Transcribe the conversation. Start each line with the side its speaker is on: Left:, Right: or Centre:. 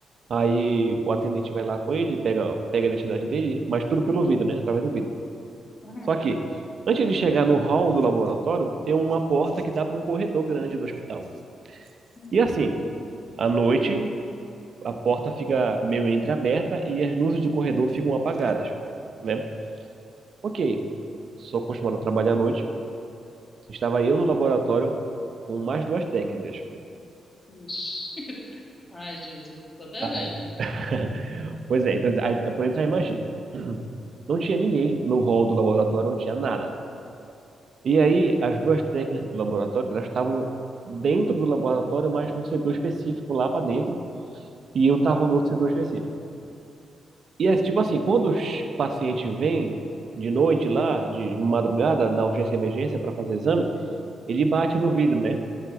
Right: aí o atendente vai lá com ele, pega pega a identidade dele, mas tudo pelo vidro, né? Através do vidro.
Left: uhum,
Right: Só que Antes de chegar no hall do laboratório, tem uma porta que dá para um corredor grande do hospital.
Left: uhum,
Right: E assim, à noite, a porta fica meio entreaberta e as luzes de corredor ficam apagadas, né? Ok, sou acostumado a trabalhar à noite, Estava eu no laboratório com mais duas técnicas.
Left: uhum. Ixi. <laughs> Ai, Jesus, tô até
Right: Ah,
Left: vendo.
Right: é. <laughs> Pois é, então, aí, por dentro já imagina. <clears throat> Não tinha ninguém no hall do laboratório, não tinha nada. E aí, as duas técnicas do laboratório, elas estavam dentro do laboratório, mas num setor específico lá para dentro, e eu estava no outro setor específico. E é tipo assim, quando os pacientes vêm de noite lá, de madrugada, na urgência e emergência para fazer exame, ele bate no vidro, né?